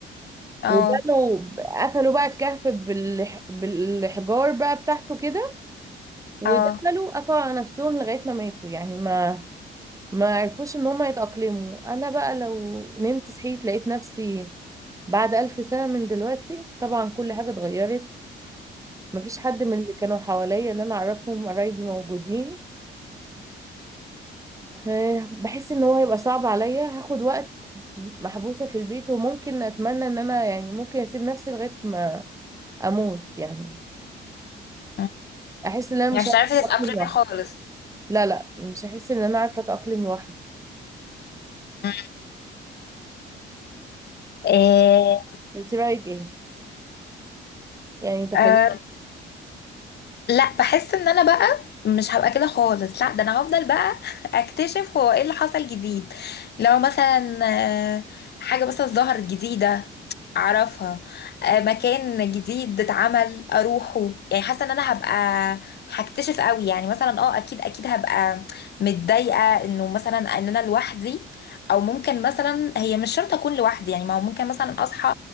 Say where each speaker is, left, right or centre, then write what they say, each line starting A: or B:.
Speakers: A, on the left; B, on the right.
A: اه
B: وبنوا قفلوا بقى الكهف بالح... بالحجار بقى بتاعته كده ودخلوا
A: اه
B: قفلوا على نفسهم لغاية ما ماتوا يعني ما ما عرفوش إن هم يتأقلموا أنا بقى لو نمت صحيت لقيت نفسي بعد ألف سنة من دلوقتي طبعا كل حاجة اتغيرت مفيش حد من اللي كانوا حواليا اللي انا اعرفهم قرايبي موجودين آه، بحس ان هو هيبقى صعب عليا هاخد وقت محبوسة في البيت وممكن اتمنى ان انا يعني ممكن اسيب نفسي لغاية ما اموت يعني
A: مم.
B: احس ان انا
A: يعني
B: مش
A: مش
B: عارفة
A: هتعرفي
B: اتأقلم
A: تتأقلمي
B: لوحدي
A: خالص
B: لا لا مش هحس ان انا عارفة اتأقلم لوحدي
A: مم. إيه.
B: انت رأيك ايه يعني تخيل
A: آه، لا بحس ان انا بقى مش هبقى كده خالص لا ده انا هفضل بقى <laughs> اكتشف هو ايه اللي حصل جديد لو مثلا آه، حاجة مثلا ظهرت جديدة اعرفها آه، مكان جديد اتعمل اروحه يعني حاسه ان انا هبقى هكتشف قوي يعني مثلا اه اكيد اكيد هبقى متضايقه انه مثلا ان انا لوحدي او ممكن مثلا هي مش شرط اكون لوحدي يعني ما هو ممكن مثلا اصحى